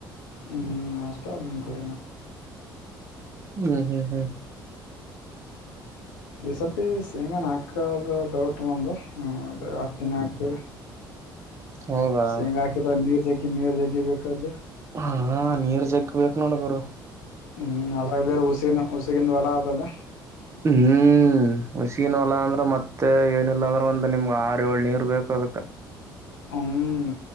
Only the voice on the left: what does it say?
ಹ್ಮ ಅಷ್ಟ ನ ಕಡ
ಈ ಸರ್ತಿ ಸೇಂಗ ಹಾಕೋದು ಡೌಟ್ ನಂದು ಅ ಹಾಗ್ತೀನಿ ಹಾಕ್ತೀವಿ
ಶೇಂಗ ಹಾಕಿದ ನೀರ್ ಜಗ್ಗಿ ನೀರ್ ಜಗ್ಗಿಬೇಕೇಕಾದ್ರಿ
ಹ್ಮ್ ಅದ್ರಾಗ ಬೇರೆ ಉಸಿನ ಉಸಗಿದ ಹೊಲ ಆದದಲ್ಲ
ಹ್ಮ್